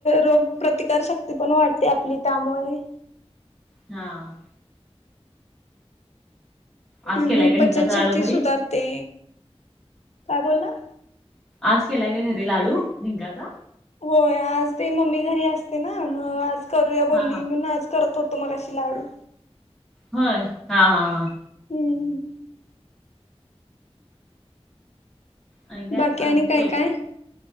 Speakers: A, on the left; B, in the centre.
A: रोगप्रतिकारशक्ती पण वाढते आपली त्यामुळे.
B: हा. आज
A: आणि
B: केलाय का ढिंकाचा
A: पचनशक्ती
B: लाडू घरी
A: सुधारते, काय बोलला?
B: आज केलाय का घरी लाडू डिंकाचा.
A: होय आज ते मम्मी घरी असते ना म आज करूया
B: हा
A: बोलली
B: हा
A: म्हनून आज करत होतो मगाशी लाडू.
B: होय, हा हा.
A: हम्म.
B: आणि काय
A: बाकी
B: आज
A: आणि काय
B: सोय
A: काय?